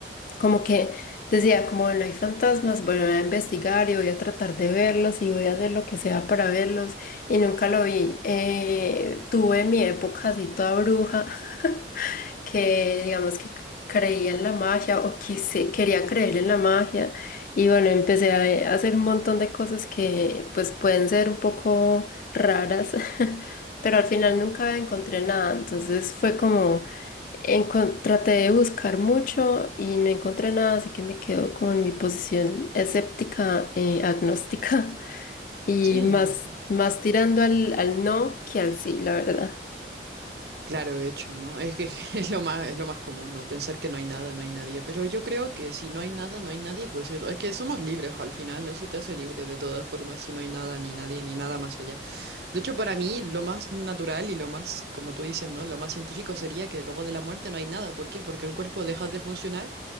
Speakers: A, on the left; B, on the right.
A: como que decía, como no hay fantasmas, bueno, voy a investigar y voy a tratar de verlos y voy a hacer lo que sea para verlos y nunca lo vi. Eh, tuve mi época así toda bruja. <laughs> que digamos que creía en la magia o quise, quería creer en la magia y bueno, empecé a a hacer un montón de cosas que pues pueden ser un poco raras, <laughs> pero al final nunca encontré nada, entonces fue como encon- traté de buscar mucho y no encontré nada, así que me quedo como en mi posición escéptica, eh, agnóstica <laughs> y
B: Sí,
A: más, más tirando al, al no que al sí, la verdad.
B: Claro, de hecho, ¿no? Es que <laughs> es lo más, es lo más común, ¿no? Pensar que no hay nada, no hay nadie. Pero yo creo que si no hay nada, no hay nadie, pues es es que somos libres al final, eso te hace libre de todas formas, si no hay nada, ni nadie, ni nada más allá. De hecho, para mí, lo más natural y lo más, como tú dices, ¿no? Lo más científico sería que luego de la muerte no hay nada. ¿Por qué? Porque el cuerpo deja de funcionar